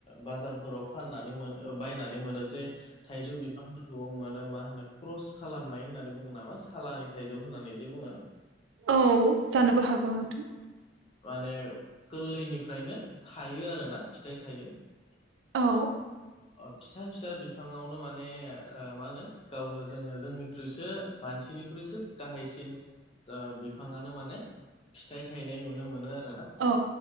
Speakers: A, on the left; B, on the right.
A: बाजारफोराव फाननानै मोनो बायनानै मोनो जे थाइजौ बिफांफोरखौबो मोनो मा होनो क्रस खालामनाय होननानै बुङो नामा सालानि थाखाय थाइजौ होननानै जे बुङो
B: औ जानोबो हागौ नोंथां
A: माने गोरलैनिफ्रायनो थायो आरोना फिथाइ थायो <unintelligible>
B: औ
A: फिसा फिसा बिफाङावनो माने ओ मा होनो गावनो जोङो जोंनिख्रुइसो मानसिनिख्रुइसो गाहायसिन जो बिफाङानो माने फिथाइ थायनाय नुनो मोनो आरोना
B: औ